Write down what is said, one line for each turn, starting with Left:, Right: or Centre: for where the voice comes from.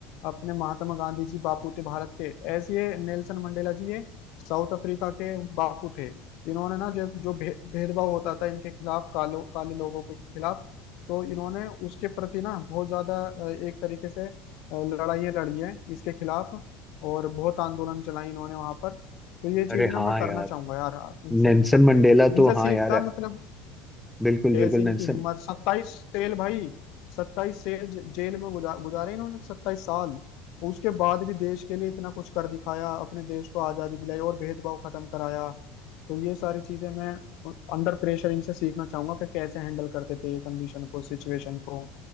Left: अपने महात्मा गांधी जी बापू थे भारत के ऐसे ये नेल्सन मंडेला जी ये साउथ अफ्रीका के बापू थे इन्होंने ना जो जो भे, भेदभाव होता था इनके खिलाफ कालो काले लोगों के खिलाफ तो इन्होंने उसके प्रति ना बहुत ज्यादा अ, एक तरीके से अ, लड़ाइयाँ लड़ी है इसके खिलाफ और बहुत आंदोलन चलाई इन्होंने वहां पर तो ये चीज
Centre: अरे
Left: ना
Centre: हाँ
Left: मैं करना
Centre: यार
Left: चाहूंगा यार इनसे
Centre: नेल्सन
Left: मिल करके
Centre: मंडेला
Left: इनसे
Centre: तो हाँ
Left: सीखता
Centre: यार
Left: मतलब
Centre: बिल्कुल
Left: कैसे
Centre: बिल्कुल
Left: इनकी
Centre: नेल्सन
Left: हिम्मत सत्ताईस सेल भाई सत्ताईस सेल ज- जेल में गुजा- गुजारे इन्होंने सत्ताईस साल उसके बाद भी देश के लिए इतना कुछ कर दिखाया अपने देश को आजादी दिलाई और भेदभाव खत्म कराया तो ये सारी चीजें मैं अंडर प्रेशर इनसे सीखना चाहूंगा कि कैसे हैंडल करते थे ये कंडीशन को सिचुएशन को